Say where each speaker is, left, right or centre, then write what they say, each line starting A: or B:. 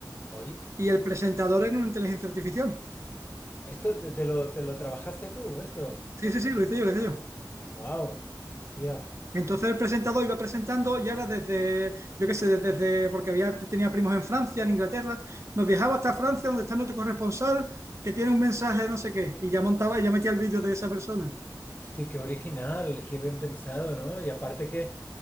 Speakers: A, on the left; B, on the right.
A: Hoy,
B: y el presentador era una inteligencia artificial.
A: esto te, te lo, te lo trabajaste tú, esto.
B: Sí, sí, sí, lo hice yo, lo hice yo.
A: Wow, hostia,
B: Entonces el presentador iba presentando y ahora desde, yo qué sé, desde, desde- porque había, tenía primos en Francia, en Inglaterra, nos viajaba hasta Francia, donde está nuestro corresponsal, que tiene un mensaje de no sé qué, y ya montaba y ya metía el vídeo de esa persona.
A: hostia, qué original, qué bien pensado, ¿no? Y aparte que,